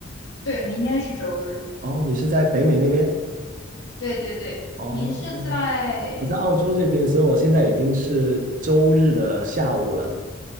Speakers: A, on the left; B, on the right.
A: 对，明天是周日。
B: 哦，你是在北美那边？
A: 对对对，
B: 哦，
A: 您是在
B: 我在澳洲这边，所以我现在已经是周日的下午了。